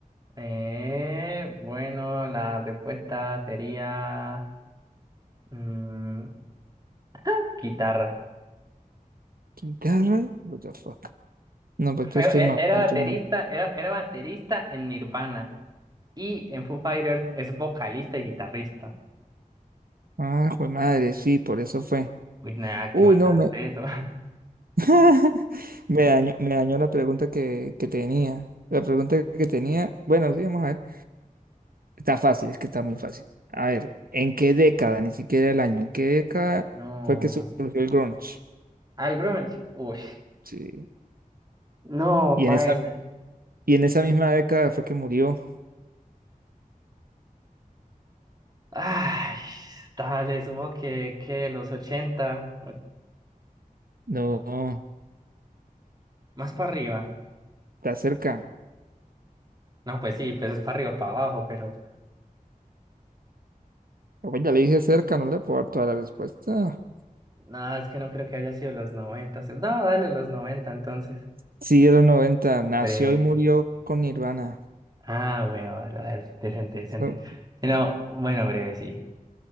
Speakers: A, on the right; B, on the right.
A: Eh, bueno, la respuesta sería mm, <laughs> guitarra.
B: ¿Guitarra? What the fuck. No, pues tú
A: Fue-
B: estoy
A: e-
B: mal,
A: era baterista,
B: tú mal.
A: era, era baterista en Nirvana y en Foo Fighters es vocalista y guitarrista.
B: Ah, jue madre, sí, por eso fue.
A: Uy, nada,
B: Uy,
A: qué matante
B: no, me,
A: eso.
B: <laughs> me dañó, me dañó la pregunta que, que tenía. La pregunta que tenía, bueno, sí, vamos a ver. Está fácil, es que está muy fácil. A ver, ¿en qué década? Ni siquiera el año. ¿En qué década
A: <laughs> No.
B: fue que surgió el grunge?
A: Al grunge, uy,
B: Sí.
A: no,
B: Y
A: paila.
B: en esa, y en esa misma década fue que murió.
A: Ay, dale, supongo que, que los 80, o-
B: No,
A: más para arriba.
B: está cerca.
A: No, pues sí, pues es para arriba, para abajo, pero
B: Oye, ya le dije cerca, no le puedo dar toda la respuesta.
A: nada, es que no creo que haya sido los 90. se- No, dale, los 90, entonces.
B: Sí, de los 90. Nació
A: Breve.
B: y murió con Nirvana.
A: Ah, bueno, dale, dale, decente, decente.
B: So,
A: Si no, bueno, breve, sí.